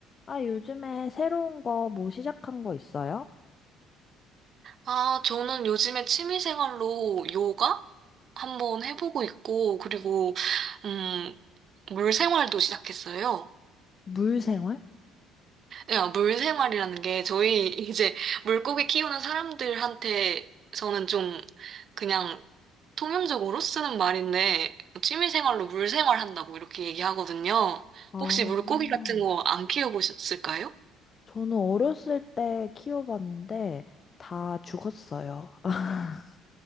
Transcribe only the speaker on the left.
아, 요즘에 새로운 거 뭐 시작한 거 있어요?
물생활?
아,
저는 어렸을 때 키워봤는데 다 죽었어요. <laughs>